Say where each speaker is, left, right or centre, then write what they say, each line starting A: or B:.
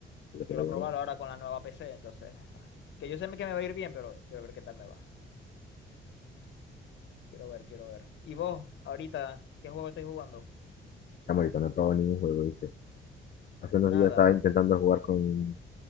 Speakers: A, on the left (about 50°); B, on the left (about 70°).
A: Lo
B: Y
A: que
B: quiero
A: lo llaman.
B: probarlo ahora con la nueva PC, entonces. ah, Que yo sé que me va a ir bien, pero quiero ver qué tal me va. Quiero ver, quiero ver. ¿Y vos, ahorita, qué juego estáis jugando?
A: Camarita, no he probado ningún juego, ¿viste? Hace unos
B: Nada.
A: días estaba intentando jugar con,